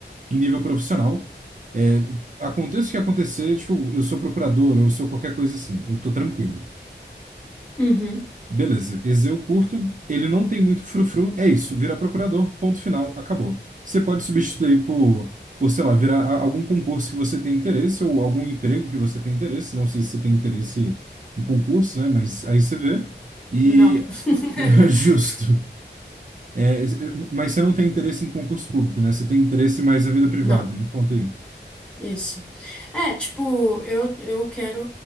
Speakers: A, on the right; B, in the centre.
A: em nível profissional. É, aconteça o que acontecer, tipo, eu sou procurador, eu sou qualquer coisa assim, eu tô tranquilo.
B: Uhum.
A: Beleza, esse eu curto, ele não tem muito frufru, é isso, vira procurador, ponto final, acabou. Você pode substituir por, por, sei lá, virar a- algum concurso que você tem interesse ou algum emprego que você tem interesse, não sei se você tem interesse em concurso, né, mas aí você vê. E
B: Não.
A: <laughs>
B: <laughs>
A: justo. É, mas você não tem interesse em concurso público, né? Você tem interesse mais na vida privada.
B: Não.
A: Me conta aí.
B: Isso. É, tipo, eu, eu quero.